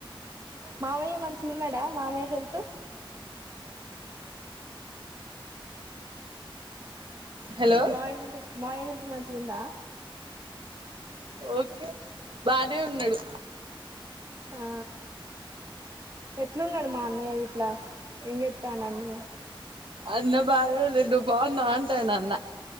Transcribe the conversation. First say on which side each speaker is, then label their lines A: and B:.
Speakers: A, on the right (about 35°); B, on the right (about 65°).
A: మామయ్య మంచి ఉన్నాడా మామయ్య హెల్త్
B: హలో
A: మ <unintelligible> మ <unintelligible> ఎ మంచిగు ఉందా
B: ఓకే బానే ఉన్నాడు
A: ఆ ఎట్లున్నాడు మా అన్నయ్య ఇట్లా ఏం చేస్తాండు అన్నయ్య
B: అన్న బానె ఉంన్నడు నువ్వు బాగుంన్నావు అంటాండు అన్న